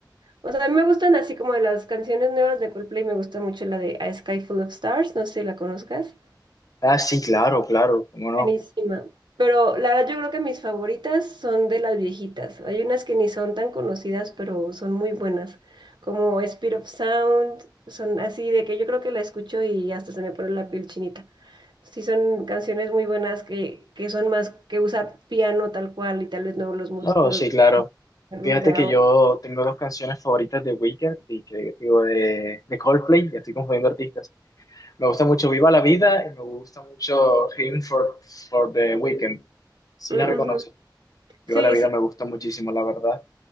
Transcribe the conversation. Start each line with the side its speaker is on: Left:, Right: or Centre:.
Right: o sea, a mí me gustan así como de las canciones nuevas de Coldplay, me gusta mucho la de A Sky Full of Stars, no sé si la conozcas.
Left: Ah, sí, claro, claro, cómo no.
Right: Buenísima. Pero la verdad yo creo que mis favoritas son de las viejitas. Hay unas que ni son tan conocidas, pero son muy buenas, como Spirit of Sound, son así de que yo creo que la escucho y hasta se me pone la piel chinita. Sí son canciones muy buenas que, que son más, que usa piano tal cual y tal vez no los, mus-
Left: Oh,
Right: los,
Left: sí, claro.
Right: los
Left: Fíjate
Right: de ahora.
Left: que yo tengo dos canciones favoritas de Weekend, y que, digo, de, de Coldplay, ya estoy confundiendo artistas. Me gusta mucho Viva la Vida y me gusta mucho Him for, for the Weekend. Sí
Right: Mm,
Left: la reconoce.
Right: ujú.
Left: Viva
Right: Sí,
Left: la Vida
Right: sí,
Left: me gusta muchísimo, la verdad.